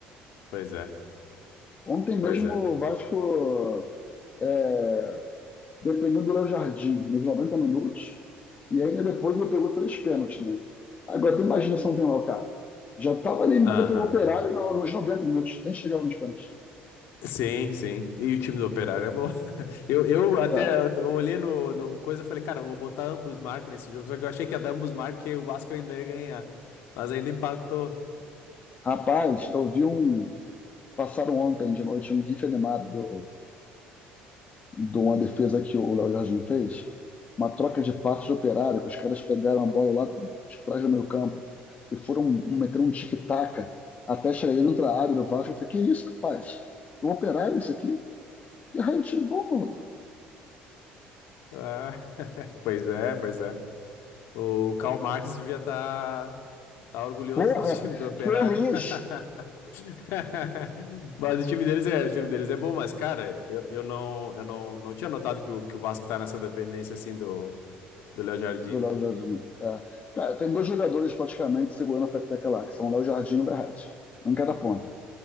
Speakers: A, on the left (about 70°); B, on the left (about 35°).
A: pois é,
B: Ontem mesmo
A: pois é.
B: o Vasco, é, dependendo do Léo Jardim, nos 90 minutos, e ainda depois ele pegou três pênaltis, né? Agora, tu imagina se não tem lá o cara. Já estava eliminado
A: Aham.
B: pelo Operário no- nos 90 minutos, nem chegava nos pênaltis.
A: Sim, sim. E o time do Operário é bom. <laughs> Eu, eu até
B: Cara,
A: eu olhei no, no coisa e falei, cara, eu vou botar ambos marcas nesse jogo, só que eu achei que ia dar ambos marcas que o Vasco ainda ia ganhar, mas ainda empatou.
B: rapaz, eu vi um, Passaram ontem de noite um GIF animado do, de uma defesa que o Léo Jardim fez. Uma troca de passos de operário, que os caras pegaram a bola lá de trás do meio campo e foram meter um tic-tac até chegar dentro da área do Vasco. Eu falei, que isso, rapaz? O operário isso aqui? Que raio de bom, maluco.
A: Ah, <laughs> pois é, pois é. O Karl Marx devia estar orgulhoso
B: Porra,
A: do time do Operário.
B: feliz!
A: <laughs> Mas o time deles é, o time deles é bom, mas cara, eu, eu não, eu não, não tinha notado que o, que o Vasco tá nessa dependência assim do do Léo Jardim.
B: Do Léo Jardim. É. Cara, tem dois jogadores praticamente segurando a peteca lá, que são o Léo Jardim e o Verratti. Um em cada ponta.